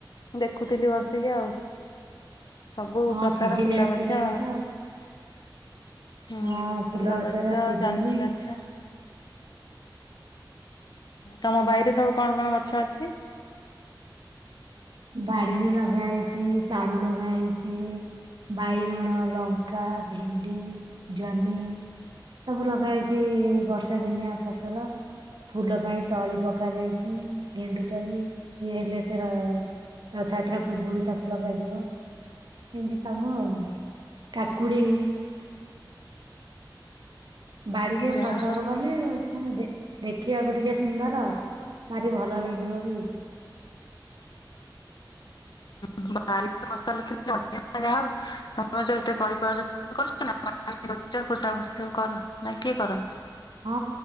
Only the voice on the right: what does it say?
ହଁ
ସିଜିନ
ଆସିଲାଣି
ତ
ହଁ
ଫୁଲ ଗଛର ସିଜିନି
ବାଡିରେ ଲଗାହେଇଛି, ସାରୁ ଲଗାହେଇଛି, ବାଇଗଣ, ଲଙ୍କା, ଭେଣ୍ଡି, ଜହ୍ନି ସବୁ ଲଗାହେଇଛି, ବର୍ଷା ଦିନିଆ ଫସଲ ଫୁଲ ପାଇଁ ତଳି ପକାଯାଇଛି ଗେଣ୍ଡୁ ତଳି ସିଏ ହେଲେ ସେ ର ରଥଯାତ୍ରା ପୂର୍ବରୁ ତାକୁ ଲଗାଯିବ। ଏମିତି ସବୁ ଆଉ କାକୁଡି ବାଡିରେ
ଫସଲ ଗଲେ ମାନେ ଦେ ଦେଖିବାକୁ ଟିକେ ସୁନ୍ଦର ଭାରି ଭଲ ଲାଗିବ ବି।
ହଁ,